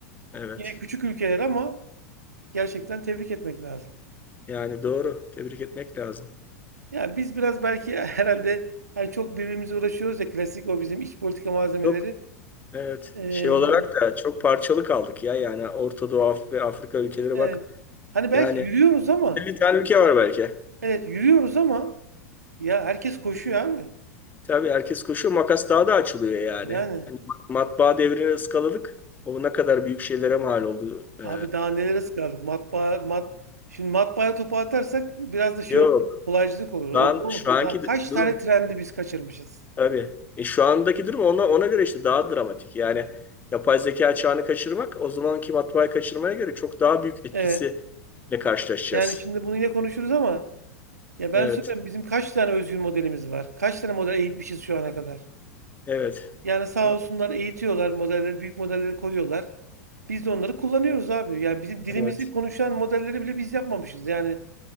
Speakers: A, on the left; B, on the right.
A: evet.
B: Yine küçük ülkeler ama gerçekten tebrik etmek lazım.
A: Yani doğru. Tebrik etmek lazım.
B: Ya biz biraz belki <laughs> herhalde hani çok birbirimize uğraşıyoruz ya klasik o bizim iç politika malzemeleri.
A: Çok evet.
B: Ee,
A: Şey olarak da çok parçalı kaldık ya. Yani Orta Doğu Af- ve Afrika ülkeleri
B: evet.
A: bak.
B: Hani belki
A: Yani
B: yürüyoruz ama
A: 50 tane ülke var belki.
B: evet yürüyoruz ama ya herkes koşuyor abi.
A: Tabii herkes koşuyor. Makas daha da açılıyor yani.
B: Yani
A: Hani matbaa devrini ıskaladık. O ne kadar büyük şeylere mal oldu. Ee,
B: abi daha nelere sıkardık matbaa mat şimdi matbaaya topu atarsak biraz da şey
A: yok.
B: olur, kolaycılık olur. O,
A: Şu an,
B: o-
A: şu anki
B: ya kaç
A: durum
B: tane trendi biz kaçırmışız.
A: tabii. E, şu andaki durum ona, ona göre işte daha dramatik. Yani yapay zeka çağını kaçırmak o zamanki matbaayı kaçırmaya göre çok daha büyük etkisiyle
B: Evet.
A: karşılaşacağız.
B: Yani şimdi bunu yine konuşuruz ama ya ben
A: Evet.
B: söyleyeyim bizim kaç tane özgün modelimiz var? Kaç tane model eğitmişiz şu ana kadar?
A: Evet.
B: Yani sağ
A: do-
B: olsunlar eğitiyorlar modelleri, büyük modelleri koyuyorlar. Biz de onları kullanıyoruz abi. Yani bizim dilimizi
A: Evet.
B: konuşan modelleri bile biz yapmamışız. Yani